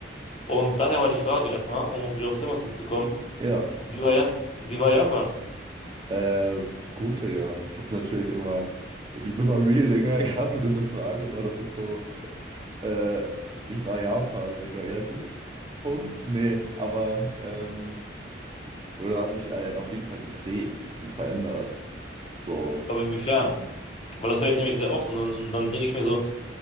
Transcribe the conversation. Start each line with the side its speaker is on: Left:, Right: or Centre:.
Left: Und daher mal die Frage erstmal, um wieder aufs Thema zurückzukommen.
Right: Ja,
Left: Wie war, ja, wie war Japan?
Right: äh, gut, Digga. Das ist natürlich immer, ich bin mal real, Digga. Ich hasse diese Frage, aber das ist so. Äh, wie war Japan? Ich war ja gut. Punkt. Nee, aber ähm, Buddha hat mich äh, auf jeden Fall geprägt und verändert. So.
Left: Aber inwiefern? Weil das höre ich nämlich sehr oft und dann, und dann denke ich mir so,